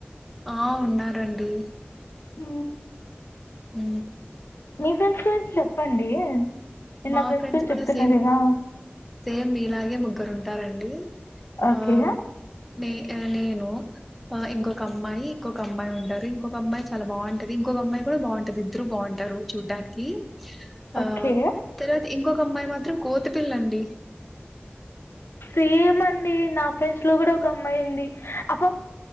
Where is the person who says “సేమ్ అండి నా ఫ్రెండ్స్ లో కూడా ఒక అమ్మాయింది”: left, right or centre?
Left